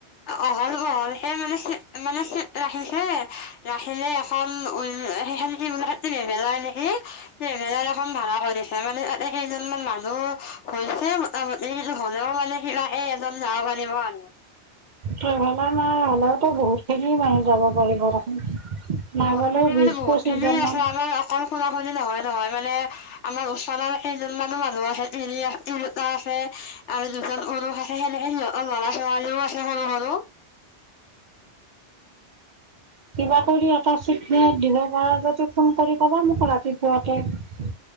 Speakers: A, on the left; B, on the right.
A: অহল অহলকে মানে চিত মানে চিত ৰাখিছে। ৰাখিলে এখন উ সেইখে সি মল ট্ৰেভেলাৰ নেকি ট্ৰেভেলাৰ এখন ভাড়া অখে মানে তাতে কেইজনমান মানুহ আৰু হৈছেই মোটামুটি কিন্তু হ'লেও মানে কিবাকে এজন যাব পাৰিব আৰু।
B: ট্ৰেভেলাৰ মানে হ'লেওতো বহুতখিনি মানে যাব পাৰিব দেখোন। নাই
A: বহুতখিনি
B: গ'লেও বিশ
A: মানে বহুত
B: পঁচিছজনমান
A: খিনিয়ে আছে আমাৰ অকল খুৰা খুৰী নহয় নহয় মানে আমাৰ ওচৰৰ কেইজনমানো মানুহ আছে তিৰি তিৰোতা আছে আৰু দুজন পুৰুষ আছে। সেনেকে সিহঁতৰ ল'ৰা ছোৱালীও আছে সৰু সৰু।
B: কিবা কৰি এটা চিটনে দিব পাৰ যাব। তোক ফোন কৰি ক'বা মোকো ৰাতিপুৱাকৈ